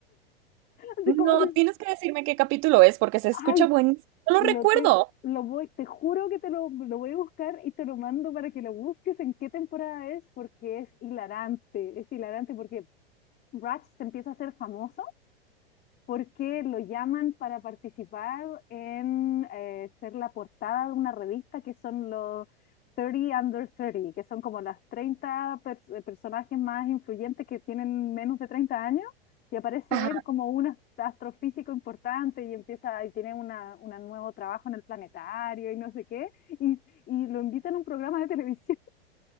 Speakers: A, on the left (about 30°); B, on the right (about 40°).
A: así
B: no,
A: como si,
B: tienes que decirme qué capítulo es porque se escucha
A: ay,
B: buenísimo. No
A: lo
B: lo recuerdo.
A: te, lo voy, te juro que te lo, lo voy a buscar y te lo mando para que lo busques en qué temporada es, porque es hilarante, es hilarante porque Rush se empieza a hacer famoso porque lo llaman para participar en eh, ser la portada de una revista que son los thirty Under thirty que son como las 30 pers- eh, personajes más influyentes que tienen menos de 30 años, y aparece
B: Ajá.
A: él como un ast- astrofísico importante y empieza y tiene una, una nuevo trabajo en el planetario y no sé qué, y, y lo invitan a un programa de televisión